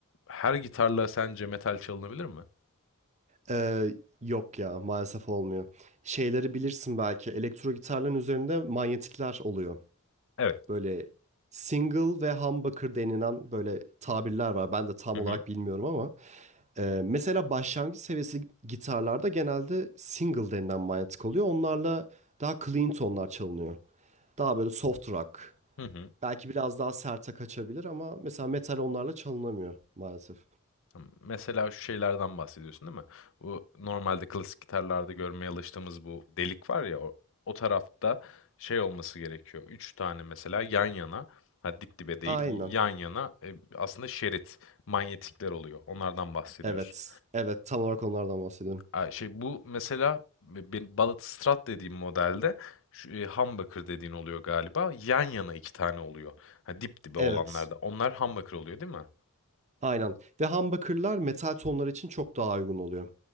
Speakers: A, on the left; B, on the right.
A: her gitarla sence metal çalınabilir mi?
B: Ee, yok ya maalesef olmuyor. Şeyleri bilirsin belki elektro gitarların üzerinde manyetikler oluyor.
A: Evet.
B: Böyle single ve humbucker denilen böyle tabirler var. Ben de tam
A: Hı
B: olarak
A: hı.
B: bilmiyorum ama. Ee, mesela başlangıç seviyesi gitarlarda genelde single denilen manyetik oluyor. Onlarla daha clean tonlar çalınıyor. Daha böyle soft rock.
A: Hı hı.
B: Belki biraz daha serte kaçabilir ama mesela metal onlarla çalınamıyor maalesef.
A: Tamam. Mesela şu şeylerden bahsediyorsun değil mi? Bu normalde klasik gitarlarda görmeye alıştığımız bu delik var ya o, o tarafta şey olması gerekiyor. Üç tane mesela yan yana ha dip dibe değil
B: Aynen.
A: yan yana e, aslında şerit manyetikler oluyor. Onlardan bahsediyorsun.
B: Evet. Evet. Tam olarak onlardan bahsediyorum.
A: Ay, Şey bu mesela bir Balıtstrat dediğim modelde şu, e, humbucker dediğin oluyor galiba. Yan yana iki tane oluyor. Ha, dip dibe
B: Evet.
A: olanlarda. Onlar humbucker oluyor değil mi?
B: Aynen. Ve humbucker'lar metal tonlar için çok daha uygun oluyor.